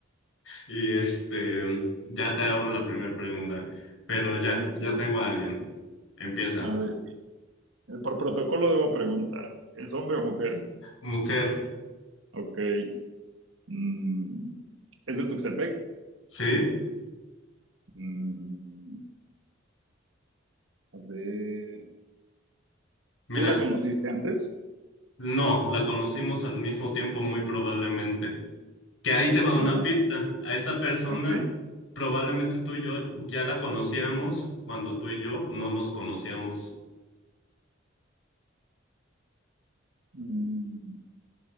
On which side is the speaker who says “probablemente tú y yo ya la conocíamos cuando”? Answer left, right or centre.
Left